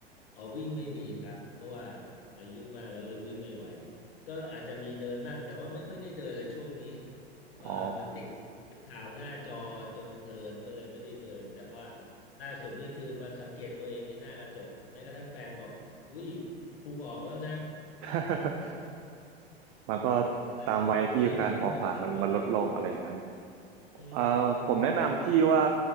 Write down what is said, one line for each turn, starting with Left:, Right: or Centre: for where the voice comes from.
Left: อ๋อวิ่งไม่มีครับเพราะว่าอายุมากแล้วเลยวิ่งไม่ไหวก็อาจจะมีเดินบ้างแต่ว่าไม่ค่อยได้เดินเลยช่วงนี้อ่ามันติด
Right: อ๋อ
Left: ข่าวหน้าจอจนเพลินก็เลยไม่ได้เดินแต่เพราะว่าล่าสุดนี่คือมาสังเกตตัวเองในหน้ากระจกแม้กระทั่งแฟนบอกอุ้ยพุงออกแล้วนะ
Right: <laughs> มันก็
Left: เลยเริ่มเริ่มเริ่มกระตือรือร้นแล้ว
Right: ตามวัยที่การเผาผลาญมันมันลดลงอะไรอย่างนั้น
Left: อื
Right: อ่าผมแนะนำพี่ว่า
Left: ม